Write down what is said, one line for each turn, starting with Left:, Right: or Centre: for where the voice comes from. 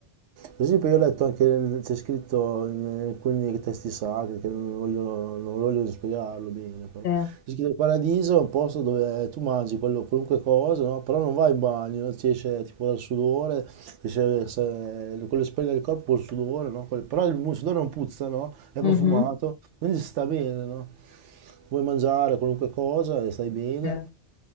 Right: per esempio io ho letto anche, nel- c'è scritto in alcuni testi sacri, che non voglio, non voglio spiegarlo bene, però
Left: sì.
Right: c'è scritto il paradiso è un posto dove tu mangi quello- qualunque cosa, no? Però non vai in bagno, no? Ti esce tipo dal sudore, ti esce se- quello che spoglia il corpo col sudore, no? Quel- Però il mu- sudore non puzza, no? È
Left: Mhm,
Right: profumato, quindi si sta bene, no? Vuoi mangiare qualunque cosa e stai bene.
Left: sì.